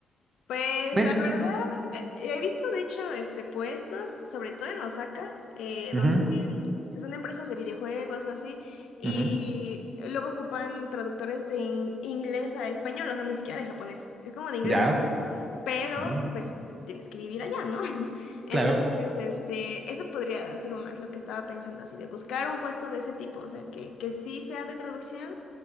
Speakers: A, on the left (about 80°); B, on the right (about 20°).
A: Pues
B: me...
A: la verdad,
B: me-
A: eh, he visto de hecho este puestos, sobre todo en Osaka, eh,
B: me-
A: donde
B: Ujú,
A: mm, son empresas de videojuegos o así, y
B: ujú.
A: luego ocupan traductores de in- inglés a español, o sea, ni siquiera de japonés. Es como de inglés
B: Ya.
A: a español, pero
B: ujú,
A: pues tienes que vivir allá, ¿no? <laughs> Entonces,
B: Claro.
A: este, eso podría ser uno, es lo que estaba pensando así, de buscar un puesto de ese tipo, o sea, que, que sí sea de traducción